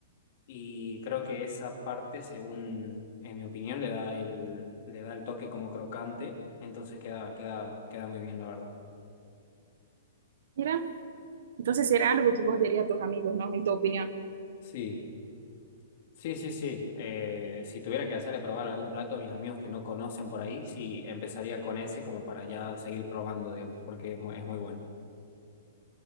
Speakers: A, on the left; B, on the right.
A: y creo que esa parte, según, en mi opinión, le da el, le da el toque como crocante, entonces queda, queda, queda muy bien, la verdad.
B: Mira, entonces será algo que vos dirías a tus amigos, ¿no? En tu opinión.
A: Sí. Sí, sí, sí. Eh, si tuviera que hacerle probar algún plato a mis amigos que no conocen por ahí, sí, empezaría con ese como para ya seguir probando, digamos, porque es, mu- es muy bueno.